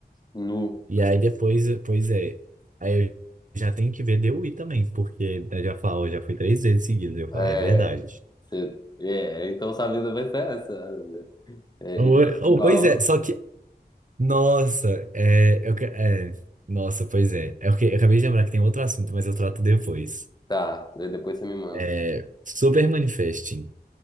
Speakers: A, on the left; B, on the right.
A: Nu.
B: E aí depois, pois é, aí eu já tenho que ver DUI também, porque ele já falou já foi três vezes seguidas. Eu falo,
A: É,
B: ah, é verdade.
A: cê- é, então sua vida vai ser essa. É,
B: Ou,
A: ir pra
B: ou,
A: São Paulo.
B: pois é, só que Nossa, é, eu, que- é, nossa, pois é. É porque eu acabei de lembrar que tem outro assunto, mas eu trato depois.
A: Tá, daí depois você me manda.
B: É, super manifesting.